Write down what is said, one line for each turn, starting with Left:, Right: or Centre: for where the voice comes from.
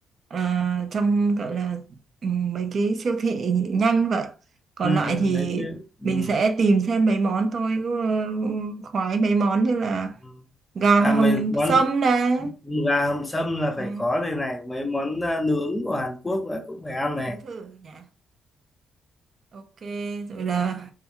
Right: à, trong gọi là ừm, mấy cái siêu thị nhanh vậy. Còn
Left: ừ,
Right: lại thì
Left: mấy cái ừ.
Right: mình sẽ tìm xem mấy món tôi ừ, khoái mấy món như là
Left: ừ.
Right: gà
Left: à
Right: hầm
Left: mấy món
Right: sâm này.
Left: gà hầm sâm là
Right: Ừ,
Left: phải có đây này mấy món à, nướng của Hàn Quốc nữa cũng phải ăn này
Right: Tú thử nhỉ. Ok, rồi là